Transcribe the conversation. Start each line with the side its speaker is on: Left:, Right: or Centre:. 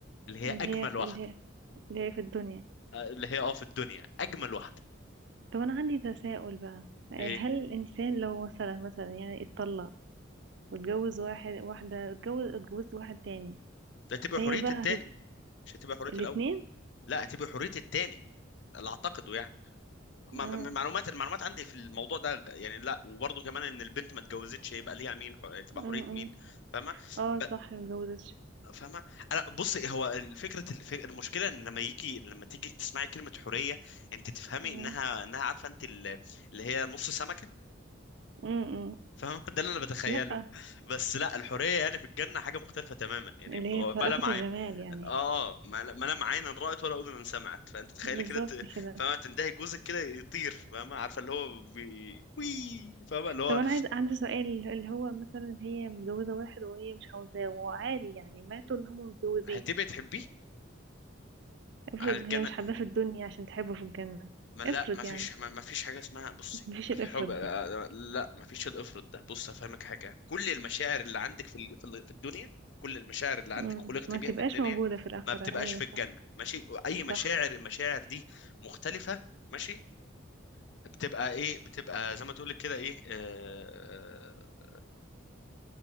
Left: اللي هي
Right: اللي
Left: اجمل
Right: هي في
Left: واحده
Right: اللي هي اللي هي في الدنيا
Left: آه، اللي هي اه في الدنيا اجمل واحده
Right: طب انا عندي تساؤل بقى آه،
Left: ايه
Right: هل الانسان لو مثلا مثلا يعني اتطلق واتجوز واحد واحدة اتجوز اتجوزت واحد تاني
Left: ده تبقى
Right: فهي
Left: حريه
Right: بقى
Left: التاني
Right: هتت...
Left: مش هتبقى حريه
Right: الاتنين
Left: الاول لا هتبقى حريه التاني اللي اعتقده يعني ما-
Right: مم.
Left: ما- ما- معلومات المعلومات عندي في الموضوع ده غ- يعني لا وبرضه كمان ان البنت ما اتجوزتش يبقى ليها مين حر- تبقى
Right: مم.
Left: حريه
Right: مم.
Left: مين فاهمه
Right: اه
Left: ب-
Right: صح متجوزتش
Left: فاهمه انا بصي هو الفكره الف- المشكله ان لما يجي لما تيجي تسمعي كلمه حريه انت تفهمي
Right: مم.
Left: انها انها عارفه انت ال- اللي هي نص سمكه
Right: مم. مم.
Left: فاهم <laughs> ده اللي انا بتخيله
Right: لأ
Left: بس لا الحوريه يعني في الجنه حاجه مختلفه تماما يعني
Right: اللي
Left: ما
Right: هي فائقة
Left: ما لا عين
Right: الجمال يعني
Left: اه اه ما لا ما لا عين رأت ولا اذن سمعت فانت تخيلي
Right: بالظبط
Left: كده ت-
Right: كده
Left: فاهمه تنتهي جوزك كده يطير فاهمه عارفه اللي هو بي... وي فاهمه اللي هو
Right: طب انا عايز عندي سؤال اللي هو مثلا هي متجوزة واحد وهي مش عاوزاه وعادي يعني ماتوا ان هم متجوزين
Left: هتبقي تحبيه
Right: افرض
Left: على الجنه
Right: هي مش حباه في الدنيا عشان تحبه في الجنة
Left: ما لا
Right: افرض
Left: ما فيش
Right: يعني
Left: ما ما فيش حاجه اسمها بصي
Right: مفيش الافرض
Left: الحب آه،
Right: ده
Left: آه، لا ما فيش الافرط ده بص هفهمك حاجه كل المشاعر اللي عندك في ال- في ال- في الدنيا كل المشاعر اللي عندك
Right: مم.
Left: خلقت
Right: ما
Left: بيها
Right: تبقاش
Left: في الدنيا
Right: موجودة في الآخرة
Left: ما بتبقاش
Right: ايوه
Left: في الجنه
Right: صح
Left: ماشي اي مشاعر
Right: صح
Left: المشاعر دي مختلفه ماشي بتبقى ايه بتبقى زي ما تقولك كده ايه آه آه، آه،